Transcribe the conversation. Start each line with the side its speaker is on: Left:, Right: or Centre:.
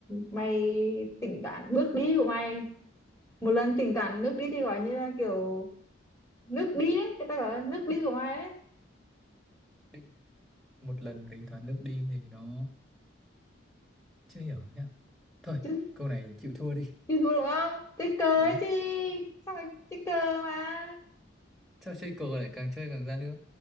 Left: mày tính toán bước đi của mày một lần tính toán nước đi thì gọi như là kiểu nước đi đấy người ta gọi là nước đi của mày đấy
Centre: Đi. Một lần tính toán nước đi thì nó chưa hiểu nhá. Thôi,
Left: chứ
Centre: câu này chịu thua đi.
Left: Hiểu hiểu đúng không? Ticker
Centre: Đúng.
Left: ấy chị. Xong rồi ticker mà.
Centre: Sao chơi cờ lại càng chơi càng ra nước?